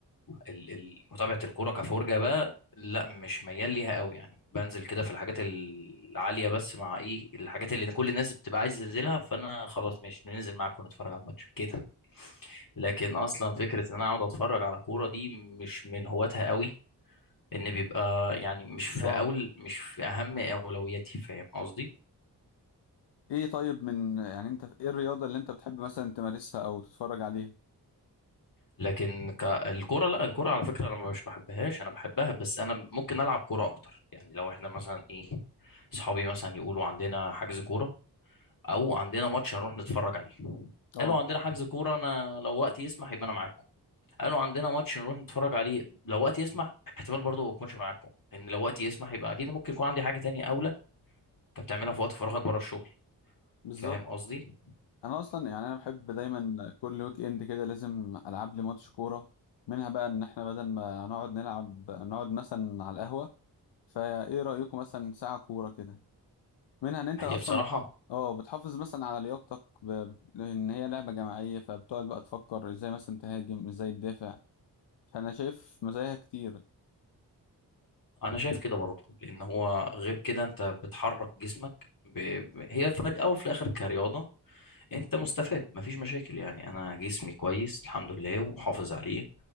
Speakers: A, on the left; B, on the left.
A: ال- ال- متابعه الكوره كفرجه بقى لا مش ميال ليها قوي يعني بنزل كده في الحاجات العاليه بس مع ايه الحاجات اللي كل الناس بتبقى عايز تنزلها فانا خلاص ماشي ننزل معاكم نتفرج على الماتش كده لكن اصلا فكره ان انا اقعد اتفرج على كوره دي مش من هواتها قوي لان بيبقى يعني مش في
B: اه
A: اول مش في اهم اولوياتي فاهم قصدي
B: ايه طيب من يعني انت ايه الرياضة اللي انت بتحب مثلا تمارسها او تتفرج عليها
A: لكن ك- الكرة لا الكرة على فكرة انا مش بحبهاش انا بحبها بس انا ممكن العب كرة اكتر يعني لو احنا مثلا ايه صحابي مثلا يقولوا عندنا حجز كورة او عندنا ماتش هنروح نتفرج عليه
B: اه
A: قالوا عندنا حجز كورة انا لو وقتي يسمح يبقى انا معاكم قالوا عندنا ماتش نروح نتفرج عليه لو وقتي يسمح احتمال برضه ما اكونش معاكم لان لو وقتي يسمح يبقى اكيد ممكن يكون عندي حاجة تانية اولى انت بتعملها في وقت فراغك بره الشغل
B: بالظبط
A: فاهم قصدي
B: انا اصلا يعني انا بحب دايما كل ويك اند كده لازم العب لي ماتش كوره منها بقى ان احنا بدل ما نقعد نلعب نقعد مثلا على القهوه فايه رايكم مثلا ساعه كوره كده منها ان انت
A: ما هي
B: اصلا
A: بصراحة
B: بتح... اه بتحافظ مثلا على لياقتك ب... لان هي لعبه جماعيه فبتقعد بقى تفكر ازاي مثلا تهاجم ازاي تدافع فانا شايف مزاياها كتير
A: انا شايف كده برضه لان هو غير كده انت بتحرك جسمك ب... ب- هي في الاول وفي الاخر كرياضه انت مستفاد مفيش مشاكل يعني انا جسمي كويس الحمد لله ومحافظ عليه